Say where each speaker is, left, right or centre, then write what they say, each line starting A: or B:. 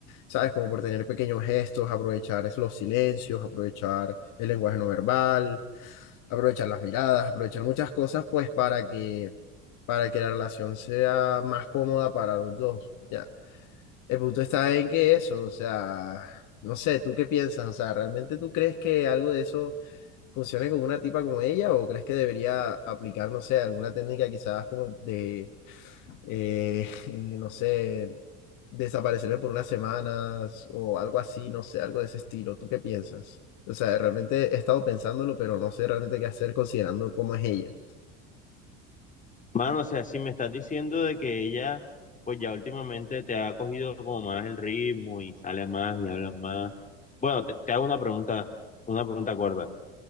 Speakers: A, on the left; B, on the left.
A: ¿sabes? Como por tener pequeños gestos, aprovechar es- los silencios, aprovechar el lenguaje no verbal aprovechar las miradas, aprovechar muchas cosas, pues para que, para que la relación sea más cómoda para los dos, ya. El punto está en que eso, o sea, no sé, ¿tú qué piensas? O sea, ¿realmente tú crees que algo de eso funcione con una tipa como ella o crees que debería aplicar, no sé, alguna técnica quizás como de, eh, <laughs> no sé, desaparecerme por unas semanas o algo así, no sé, algo de ese estilo. ¿Tú qué piensas? O sea, realmente he estado pensándolo, pero no sé realmente qué hacer considerando cómo es ella.
B: Mano, o sea, si me estás diciendo de que ella, pues ya últimamente te ha cogido como más el ritmo y sale más y habla más. Bueno, te, te hago una pregunta, una pregunta corta.